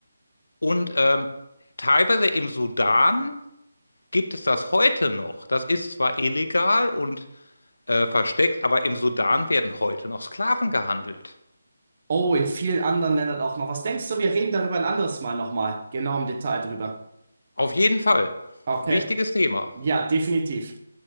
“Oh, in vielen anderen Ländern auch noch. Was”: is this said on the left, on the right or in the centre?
Right